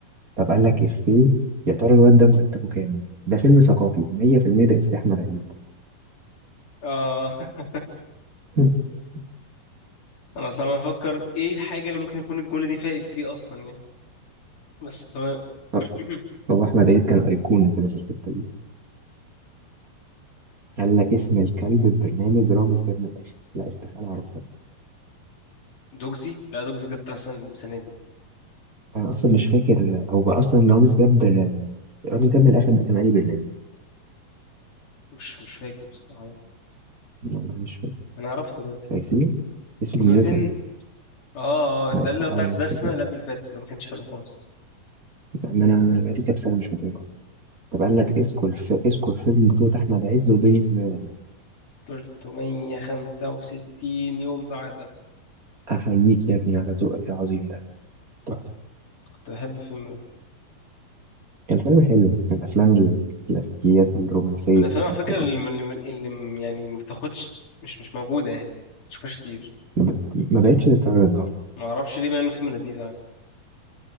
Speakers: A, on the right (about 25°); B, on the left (about 60°).
A: طب قال لك إفيه يا ترى الواد ده مرتبه كام؟ ده فيلم ثقافي 100% ده إفيه أحمد عيد
B: آه <laughs>
A: <laughs>
B: أنا صعب أفكر إيه الحاجة اللي ممكن يكون الجملة دي فايق فيه أصلا يعني بس تمام
A: هو
B: <clears throat>
A: هو أحمد عيد كان أيقونة كده في الحتة دي قال لك اسم الكلب في برنامج رامز جاب من الآخر لا استحالة أعرفها
B: دوجزي لا دوجزي ده بتاع سنة السنة دي
A: أنا أصلا مش فاكر أو بقى أصلا رامز جاب رامز جاب من الآخر ده كان أي برنامج
B: مش مش فاكر بصراحة
A: والله مش فاكر
B: أنا أعرفه دلوقتي
A: تايسير اسمه
B: نيوتن
A: نيوتن
B: آه آه
A: لا
B: ده
A: استحالة
B: اللي هو بتاع
A: ما
B: ده
A: أفتكرش.
B: السنة اللي قبل اللي فاتت اللي ما كانش حلو خالص
A: يعني أنا بقالي كام سنة مش متابع طب قال لك اسكو الف... اسكو الفيلم بطولة أحمد عز ودنيا سمير غانم
B: 365 يوم سعادة
A: أحييك يا ابني على ذوقك العظيم ده تحفة
B: كنت بحب الفيلم ده
A: كان فيلم حلو من الأفلام الكلاسيكيات الرومانسية
B: من الأفلام
A: المضحكة
B: على فكرة اللي, اللي, اللي يعني ما بتاخدش مش مش موجودة يعني ما تشوفهاش كتير
A: ما, ب... ما بقتش تتعرض أه
B: ما أعرفش ليه مع إنه فيلم لذيذ عادي.